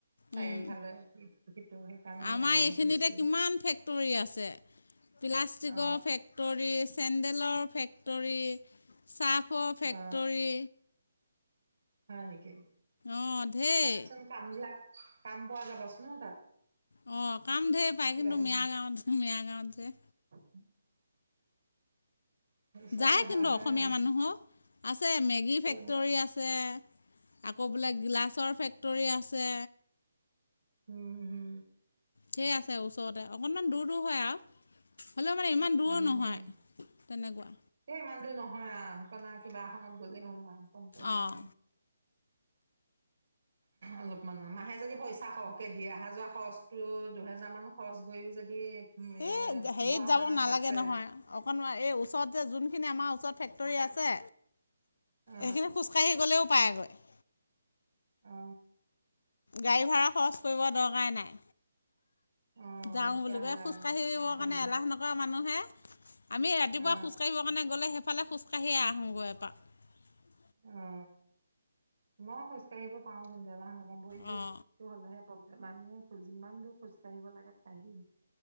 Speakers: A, on the right; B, on the left.
A: চাইওফালে
B: উম।
A: সেইটো, সেইকাৰণে
B: আমাৰ
A: মানে গৰমটো
B: এইখিনিতে
A: বেছি
B: কিমান ফেক্টৰী আছে প্লাষ্টিকৰ
A: অ
B: ফেক্টৰী, চেণ্ডেলৰ ফেক্টৰী চাহ ফেক্টৰী
A: অ হয় নেকে
B: অঁ ঢেৰ
A: তাতচোন কাম লাগ কাম পোৱা যাব চোন ন তাত
B: অ কাম ঢেৰ পায়
A: কিবা
B: কিন্তু,
A: কিনি
B: মিয়া গাঁৱত মিয়া গাঁৱত যে
A: অ তাৰপিছতে
B: যায়
A: হাঁহ
B: কিন্তু
A: হাঁহ
B: অসমীয়া
A: সেনেকে
B: মানুহো, আছে মেগী ফেক্টৰী
A: অ
B: আছে, আকৌ বোলে গিলাচৰ ফেক্টৰী আছে,
A: উম হম
B: ধেৰ আছে ওচৰতে, অকণমান দূৰ দূৰ হয় আৰু হ'লেও মানে ইমান দূৰ
A: উম
B: নহয় তেনেকুৱা
A: দেই ইমান দূৰ নহয় সেইনা কিবা এখনত গ'লেই হ'ল আৰু কাম কে
B: অঁ
A: দ অলপমান মাহে যদি পইচা সৰহকে দিয়ে অহা যোৱা খৰচটো দুহেজাৰ মান খৰচ গৈও যদি উম
B: এই
A: এ পোন্ধৰ
B: হেৰিত যাব
A: হাজাৰ মান
B: নালাগে
A: বাচে
B: নহয় অকনমান এই ওচৰত যোনখিনি আমাৰ ওচৰত ফেক্টৰী আছে
A: অ
B: এইখিনি খোজকাঢ়ি গ'লেও পায় আগৈ
A: অ
B: গাড়ী ভাড়া খৰচ কৰিব দৰকাই নাই
A: অ
B: যাওঁ
A: তেতিয়াহ'লে
B: বুলি কয় খোজ
A: আৰু
B: কাঢ়িবিবৰ
A: সুবিধা
B: কাৰণে এলাহ নকৰে মানুহে আমি ৰাতিপুৱা
A: অ
B: খোজ কাঢ়িব কাৰণে গ'লে সেইফে খোজ <unintelligible>
A: অ মই খোজ কাঢ়িব পাৰো <unintelligible> ভঢ়ী বিষয়টো
B: অঁ
A: হ'লে হে প। মানুহে যিমান দূৰ খোজ কাঢ়িব লাগে পাহিম